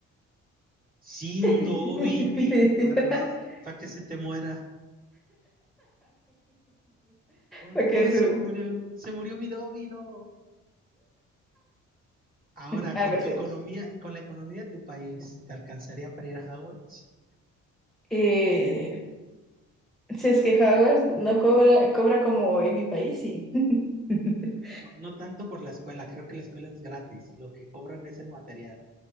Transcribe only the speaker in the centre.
<laughs>
Porque
es
un-
algo
así.
Eh, si es que Hogwarts no cobra, cobra como en mi país, sí. <laughs>